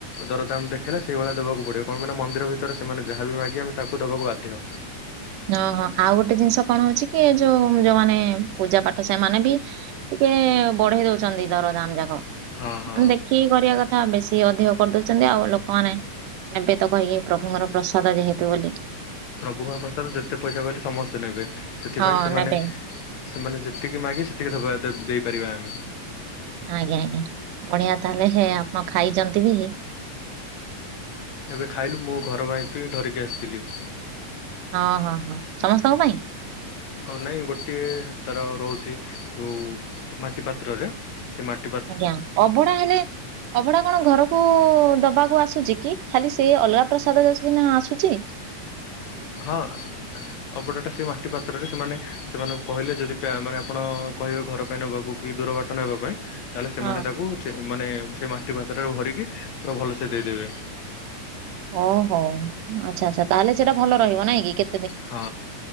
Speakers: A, on the left; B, on the right.
A: ଦରଦାମ୍ ଦେଖେଇଲା ସେଇଭଳିଆ ଦବାକୁ ପଡିବ କଣପାଇଁ ନା ମନ୍ଦିର ଭିତର ସେମାନେ ଯାହାବ ବି ମାଗିବେ ଆମେ ତାକୁ ଦବାକୁ ବାଧ୍ୟ।
B: ଓହୋ ଆଉ ଗୋଟେ ଜିନିଷ କଣ ହଉଚି କି ଯୋଉ ଯୋଉମାନେ ପୂଜା ପାଠ ସେମାନେ ବି ଟିକେ ବଢେଇ ଦଉଚନ୍ତି ଦର ଦାମ୍ ଯାକ।
A: ହଁ ହଁ।
B: ମାନେ ଦେଖିକି କରିବା କଥା ବେଶୀ ଅଧିକ କରିଦଉଚନ୍ତି ଆଉ ଲୋକମାନେ ନେବେ ତ କହିକି ପ୍ରଭୁଙ୍କର ପ୍ରସାଦ ଯେହେତୁ ବୋଲି।
A: ପ୍ରଭୁଙ୍କର ପ୍ରସାଦ ଯେତେ ପଇସା କହିଲେ ସମସ୍ତେ ନେବେ ସେଥିପାଇଁ
B: ହଁ
A: ସେମାନେ
B: ନେବେ
A: ସେମାନେ ଯେତିକି ମାଗେ ସେତିକି ଦବା-ଦେଇପାରିବା ଆମେ।
B: ଆଜ୍ଞା ଆଜ୍ଞା ବଢିଆ ତାହେଲେ ହେ ଆପଣ ଖାଇଚନ୍ତି ବି
A: ତେବେ ଖାଇଲୁ ମୁଁ ଘର ପାଇଁ ପି ଧରିକି ଆସିଥିଲି।
B: ହଁ ହଁ ହଁ, ସମସ୍ତଙ୍କ ପାଇଁ?
A: କଣ୍ ନାଇଁ ଗୋଟିଏ ତାର ରହୁଚି ଯୋଉ ମାଟି ପାତ୍ରରେ ସେ ମାଟ୍
B: ଆଜ୍ଞା ଅଭଢା ହେଲେ ଅଭଡା କଣ ଘରକୁ ଦବାକୁ ଆସୁଚି କି ଖାଲି ସିଏ ଅଲଗା ପ୍ରସାଦ ଜେସିକିନା ଆସୁଚି। <inaudible>
A: ହଁ। ଅଭଡା ଟା ସେଇ ମାଟି ପାତ୍ରରେ ସେମାନେ ସେମାନଙ୍କୁ କହିଲେ ଯଦି ପ୍ୟା-ମାନେ ଆପଣ କହିବେ ଘର ପାଇଁ ନବାକୁ କି ଦୂର ବାଟ୍ ଟ ନେବାପାଇଁ ତାହେଲେ ସେମାନେ
B: ହଁ
A: ତାକୁ ଛେ ମାନେ ସେ ମାଟି ପାତ୍ରରେ ଭରିକି ପୁରା ଭଲସେ ଦେଇଦେବେ।
B: ଓହୋ ଆଚ୍ଛା ଆଚ୍ଛା ତାହାଲେ ସେଇଟା ଭଲ ରହିବ ନାଇଁ କି କେ
A: ହଁ